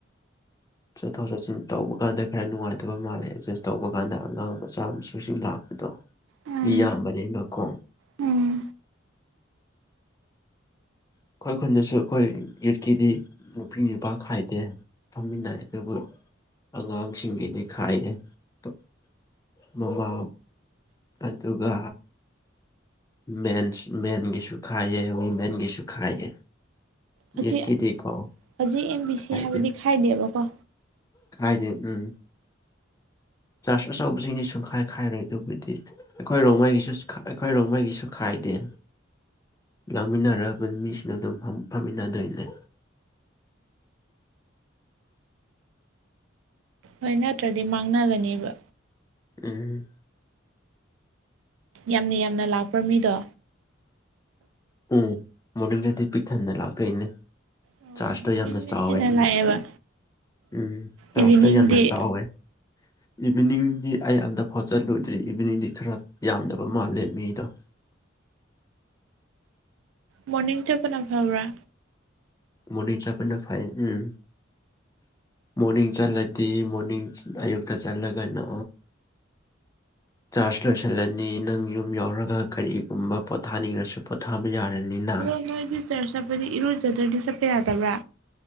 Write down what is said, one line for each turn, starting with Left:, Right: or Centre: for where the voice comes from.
Left: ꯆꯠꯊꯣꯛ ꯆꯠꯁꯤꯟ ꯇꯧꯕ ꯀꯥꯟꯗ ꯈꯔ ꯅꯨꯡꯉꯥꯏꯇꯕ ꯃꯥꯜꯂꯦ ꯑꯦꯗꯖꯁ ꯇꯧꯕ ꯀꯥꯟꯗ ꯑꯉꯥꯡ ꯃꯆꯥ ꯃꯁꯨꯁꯤꯡ ꯂꯥꯛꯄꯗꯣ
Right: ꯎꯝ
Left: ꯃꯤ ꯌꯥꯝꯕꯅꯤꯅ ꯀꯣ
Right: ꯎꯝ
Left: ꯑꯩꯈꯣꯏ ꯈꯨꯟꯗꯁꯨ ꯑꯩꯈꯣꯏ ꯌꯨꯠꯀꯤꯗꯤ ꯅꯨꯄꯤ ꯅꯨꯄꯥ ꯈꯥꯏꯗꯦ ꯐꯝꯃꯤꯟꯅꯩ ꯑꯗꯨꯕꯨ ꯑꯉꯥꯡꯁꯤꯡꯒꯤꯗꯤ ꯈꯥꯏꯌꯦ ꯕꯥ ꯃꯃꯥ ꯑꯗꯨꯒꯥ ꯃꯦꯟꯁ ꯃꯦꯟꯒꯤꯁꯨ ꯈꯥꯏꯌꯦ ꯋꯤꯃꯦꯟꯒꯤꯁꯨ ꯈꯥꯏꯌꯦ
Right: ꯍꯧꯖꯤꯛ
Left: ꯌꯨꯠꯀꯤꯗꯤꯀꯣ
Right: ꯍꯧꯖꯤꯛ ꯑꯦꯝ ꯕꯤ
Left: ꯈꯥꯏꯗꯦ
Right: ꯁꯤ ꯍꯥꯏꯕꯗꯤ ꯈꯥꯏꯗꯦꯕꯀꯣ
Left: ꯈꯥꯏꯗꯦ ꯎꯝ ꯆꯥꯔꯖ ꯑꯆꯧꯕꯁꯤꯡꯗꯤ ꯁꯨꯡꯈꯥꯏ ꯈꯥꯏꯔꯣꯏ ꯑꯗꯨꯕꯨꯗꯤ ꯑꯩꯈꯣꯏ ꯔꯣꯡꯃꯩꯒꯤꯁꯨ ꯈꯥ ꯑꯩꯈꯣꯏ ꯔꯣꯡꯃꯩꯒꯤꯁꯨ ꯈꯥꯏꯗꯦ ꯂꯥꯡꯃꯤꯟꯅꯔꯕ ꯃꯤꯁꯤꯡ ꯑꯗꯨꯝ ꯐꯝ ꯐꯝꯃꯤꯟꯅꯗꯣꯏꯅꯦ
Right: ꯍꯣꯏ ꯅꯠꯇ꯭ꯔꯗꯤ ꯃꯥꯡꯅꯒꯅꯤꯕ
Left: ꯎꯨꯝ
Right: ꯌꯥꯝꯅ ꯌꯥꯝꯅ ꯂꯥꯛꯄ꯭ꯔ ꯃꯤꯗꯣ
Left: ꯎꯝ ꯃꯣꯔꯅꯤꯡꯗꯗꯤ ꯄꯤꯛꯊꯟꯅ ꯂꯥꯛꯇꯣꯏꯅꯦ
Right: ꯑꯣ
Left: ꯆꯥꯔꯖꯇꯣ
Right: ꯃꯣꯔꯅꯤꯡꯅ
Left: ꯌꯥꯝꯅ ꯆꯥꯎꯋꯦ
Right: ꯍꯦꯟꯅ
Left: ꯅꯠꯇꯔꯗꯤ
Right: ꯂꯥꯛꯑꯦꯕ
Left: ꯎꯝ ꯆꯥꯔꯖꯗꯣ
Right: ꯏꯚꯤꯅꯤꯡꯗꯤ
Left: ꯌꯥꯝꯅ ꯆꯥꯎꯋꯦ ꯏꯚꯅꯤꯡꯗꯤ ꯑꯩ ꯑꯝꯗ ꯐꯥꯎ ꯆꯠꯂꯨꯗ꯭ꯔꯤ ꯏꯚꯤꯅꯤꯡꯗꯤ ꯈꯔ ꯌꯥꯝꯗꯕ ꯃꯥꯜꯂꯦ ꯃꯤꯗꯣ
Right: ꯃꯣꯔꯅꯤꯡ ꯆꯠꯄꯅ ꯐꯕ꯭ꯔꯥ
Left: ꯃꯣꯔꯅꯤꯡ ꯆꯠꯄꯅ ꯐꯩ ꯎꯝ ꯃꯣꯔꯅꯤꯡ ꯆꯠꯂꯗꯤ ꯃꯣꯔꯅꯤꯡ ꯑꯌꯨꯛꯇ ꯆꯠꯂꯒꯅ ꯆꯥꯔꯖ ꯂꯣꯏꯁꯤꯜꯂꯅꯤ ꯅꯪ ꯌꯨꯝ ꯌꯩꯔꯒ ꯀꯔꯤꯒꯨꯝꯕ ꯄꯣꯊꯥꯅꯤꯂꯁꯨ ꯄꯣꯊꯥꯕ ꯌꯥꯔꯅꯤ ꯅꯪ
Right: ꯑꯗꯣ ꯅꯣꯏ ꯗꯤ ꯆꯔꯆ ꯆꯠꯄꯗꯤ ꯏꯔꯨꯖꯗ꯭ꯔꯗꯤ ꯆꯠꯄ ꯌꯥꯗꯕ꯭ꯔꯥ